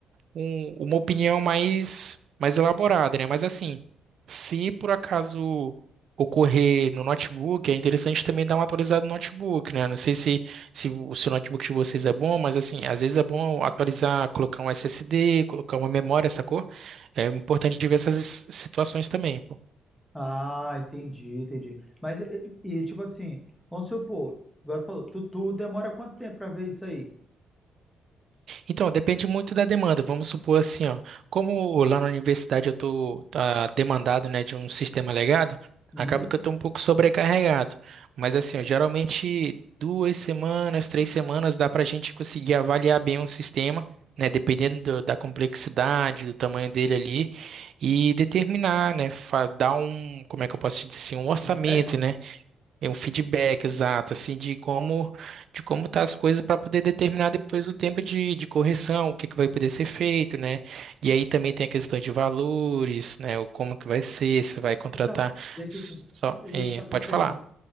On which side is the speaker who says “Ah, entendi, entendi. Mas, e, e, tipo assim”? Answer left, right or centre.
Centre